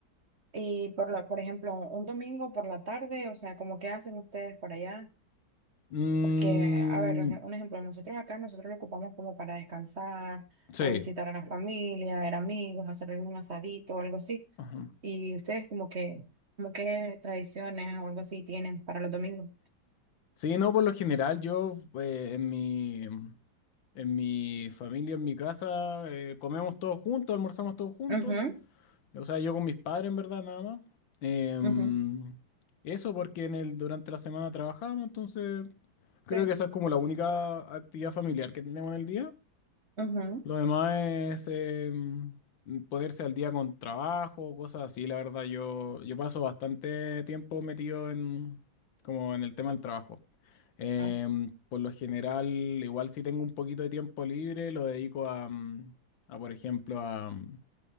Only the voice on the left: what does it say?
mm,
sí.
Ajá.
Sí, no, por lo general yo eh, en mi en mi familia, en mi casa, eh, comemos todos juntos, almorzamos todos juntos.
O sea, yo con mis padres en verdad nada más. Em,
eso porque en el, durante la semana trabajamos, entonces creo
que esa es como la única actividad familiar que tenemos en el día.
Lo demás es eh, mm, ponerse al día con trabajo, cosas así. La verdad, yo, yo paso bastante tiempo metido en, como en el tema del trabajo. Em,
por lo general, igual si tengo un poquito de tiempo libre, lo dedico a, mm, a, por ejemplo, a, mm,